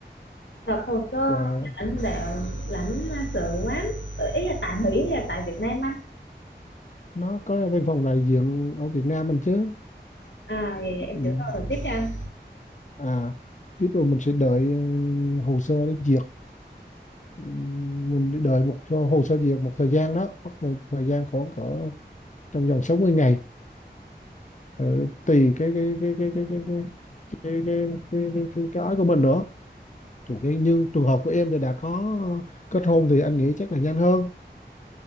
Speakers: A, on the left; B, on the left.
A: nộp hồ sơ
B: và
A: lãnh đạo lãnh à, sự quán, Ờ, ý là tại Mỹ hay là tại Việt Nam anh?
B: nó có văn phòng đại diện ở Việt Nam mình chứ
A: À dạ, dạ
B: ừ.
A: em hiểu rồi, rồi tiếp cho anh.
B: à tiếp rồi mình sẽ đợi ờ, hồ sơ để duyệt Ừ, mình đợi một hồ sơ duyệt một thời gian đó mất thời, thời gian khoảng cỡ trong vòng sáu mươi ngày Ờ, tùy cái cái cái cái cái cái cái cái cái cái cái cái cái ói của mình nữa Chủ cái nhưng trường hợp của em thì đã có kết hôn thì anh nghĩ chắc là nhanh hơn